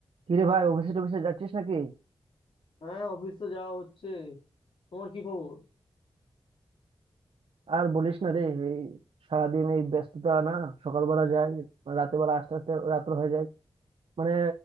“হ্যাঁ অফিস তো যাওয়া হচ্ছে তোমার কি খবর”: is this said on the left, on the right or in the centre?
Left